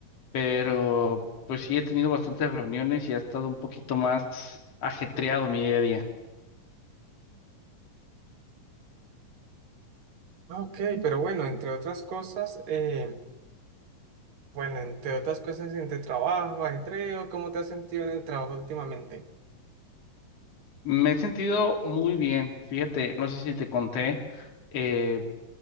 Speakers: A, on the left (about 50°); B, on the right (about 80°).
A: pero pues sí he tenido bastantes reuniones y ha estado un poquito más ajetreado mi día a día.
B: Ah, Ok, pero bueno, entre otras cosas, eh, bueno, entre otras cosas, entre trabajo, ajetreo, ¿cómo te has sentido en el trabajo últimamente?
A: Me he sentido muy bien. Fíjate, no sé si te conté, eh,